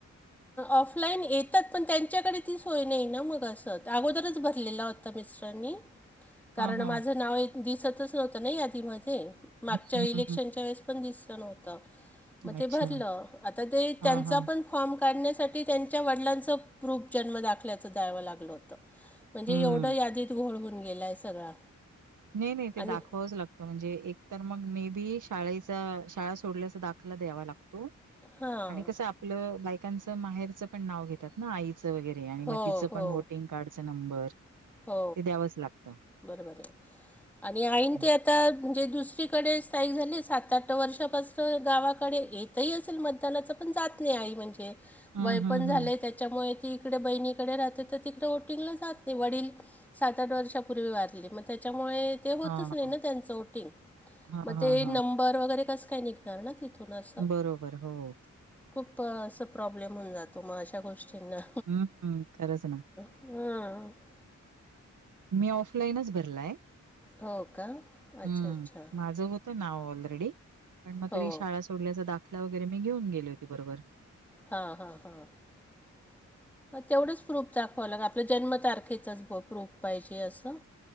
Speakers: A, in the centre; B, on the right (about 85°).
A: ऑफलाईन येतात पण त्यांच्याकडे ती सोय नाही ना मग अस अगोदरच भरलेला होता ता मिस्टरा नी कारण
B: हां, हां.
A: माझं नाव दिसतच नव्हतं ना यादीमध्ये मागच्या
B: हं,
A: इलेक्शनच्या
B: हं,
A: वेळेस पण दिसलं नव्हत
B: हं.
A: मग ते
B: अच्छा.
A: भरला आता ते त्याचं
B: हां, हां.
A: पण फॉर्म काढण्यासाठी त्यांच्या वडिलांच प्रूफ जन्म दाखल्याचं द्यावं लागलं होत म्हणजे
B: हं.
A: एवढं यादीत घोळ होऊन गेलाय सगळा
B: नाही नाही
A: आणि
B: ते दाखवावच लागत म्हणजे एक तर मग मे बी शाळेचा शाळा सोडल्याचा दाखला द्यावा लागतो
A: हां
B: आणि कसं आपलं बायकांच माहेरचं पण नाव घेतात ना आईचं वगैरे आणि
A: हो
B: मग तिचं
A: हो
B: पण वोटिंग कार्ड नंबर
A: हो
B: ते द्यावंच लागतं.
A: बरोबर आहे आणि आईन
B: हं.
A: ते आ आता म्हणजे दुसरीकडे स्थायिक झाले सात आठ वर्षापासून गावाकडे येत ह असेल मतदानाच पण जात नाही आई म्हणजे
B: हं,
A: वय
B: हं,
A: पण झालंय
B: हं.
A: त्याच्यामुळे ती इकडे बहिणीकडे राहते तर तिकडे ओटिंगला जात नाही वडील सात आठ वर्षापूर्वी वारली मग त्याच्यामुळे होतच
B: हां,
A: नाही ना त्यांंच वोटिंग
B: हां,
A: मग ते
B: हां, हां.
A: नंबर वरे कस काय निघणार ना तिथून असं
B: बरोबर हो
A: खूप असं प्रॉब्लेम होऊन जातो मग अशा गोष्टींना
B: हम्म हम्म खरंच ना
A: हा
B: मी ऑफलाईनच भरलाय
A: हो का अच्छा
B: हम्
A: अच्छा
B: माझ होत नाव ऑलरेडी पण मग
A: हो
B: तरी शाळा सोडल्याचा दाखला वगरे मी घेऊन गेले होती बरोबर
A: हा हा हा तेवढंच प्रूफ दाखवावं लाग आपल्या जन्मतारखेचाच प्रूफ पाहिजे असं